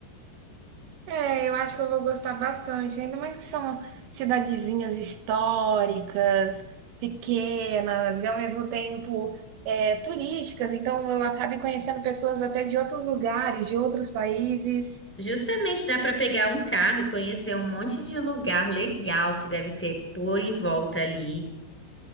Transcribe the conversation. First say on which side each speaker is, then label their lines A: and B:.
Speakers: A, on the right; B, in the centre.
A: É, eu acho que eu vou gostar bastante, ainda mais que são cidadezinhas históricas, pequenas e ao mesmo tempo é, turísticas, então eu acabe conhecendo pessoas até de outros lugares, de outros países.
B: Justamente dá para pegar um carro e conhecer um monte de lugar legal que deve ter por em volta ali.